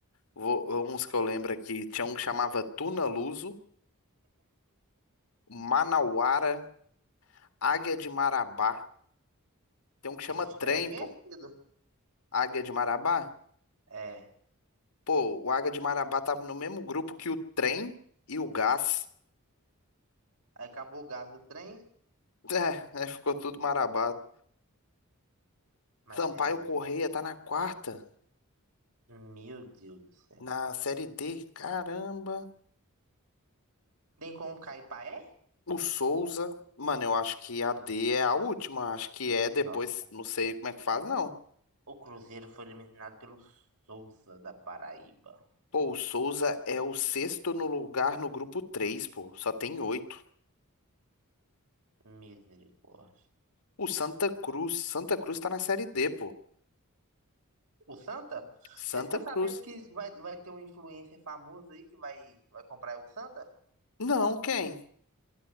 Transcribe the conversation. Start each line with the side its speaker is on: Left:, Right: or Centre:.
Left: Vou, uns que eu lembro aqui. Tinha um que chamava Tuna Luso, Manauara, Águia de Marabá. Tem um que chama
Right: Esse
Left: Trem,
Right: time é
Left: pô.
Right: conhecido.
Left: Águia de Marabá?
Right: É.
Left: Pô, o Águia de Marabá tava no mesmo grupo que o Trem e o Gás.
Right: Aí acabou o gás do trem,
Left: <laughs> É, aí ficou tudo marabado.
Right: mas
Left: Sampaio
Right: é.
Left: Correia tá na quarta,
Right: Meu Deus do céu.
Left: na Série D. Caramba.
Right: Tem como cair paé?
Left: O Souza. Mano, eu acho que a D é a última. Acho que é depois.
Right: Nossa.
Left: Não sei como é que faz, não.
Right: O Cruzeiro foi eliminado pelo Souza da Paraíba.
Left: Pô, o Souza é o sexto no lugar no grupo três. pô. Só tem oito.
Right: Misericórdia.
Left: O Santa Cruz. Santa Cruz tá na Série D, pô.
Right: O Santa?
Left: Santa
Right: Você ficou
Left: Cruz.
Right: sabendo que vai, vai ter um influencer famoso aí que vai, vai comprar o Santa?
Left: Não, quem?